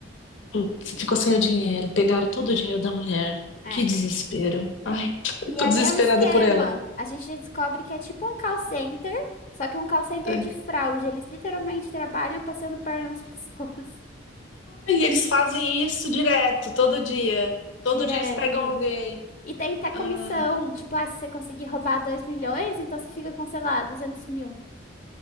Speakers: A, on the left (about 80°); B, on the left (about 40°).
A: Putz, ficou sem o dinheiro. Pegaram todo o dinheiro da mulher.
B: É.
A: Que desespero. Ai, <laughs>
B: E
A: tô
B: aí
A: desesperada
B: é um esquema.
A: por ela.
B: A gente descobre que é tipo um call center, só que um call center
A: É.
B: de fraude. Eles literalmente trabalham passando perna nas pessoas.
A: Ai, eles fazem isso direto, todo dia.
B: <laughs> Direto.
A: Todo dia eles pegam alguém.
B: E tem até comissão.
A: Ah,
B: Tipo, ah, se você conseguir roubar 2 milhões, então você fica com, sei lá, 200 mil.